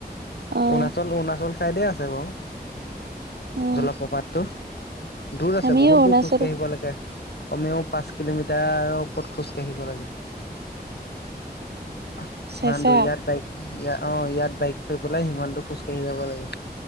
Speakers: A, on the right (about 80°); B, on the left (about 75°).
A: অ',
B: অৰুণাচল অৰুণাচল চাইডে আছে বাৰু।
A: অ',
B: জলপ্ৰপাতটো দূৰ আছে
A: আমি
B: বহুত
A: অৰুণাচল
B: দূৰ খোজ কাঢ়িব লাগে। কমেও পাঁচ কিলোমিটাৰৰ ওপৰত খোজকাঢ়িব লাগে। অহ
A: চেঁচা
B: ইমান দূৰ ইয়াত বাইক ইয়া অ ইয়াত বাইক থৈ পেলাই সিমানতো খোজকাঢ়ি যাব লাগে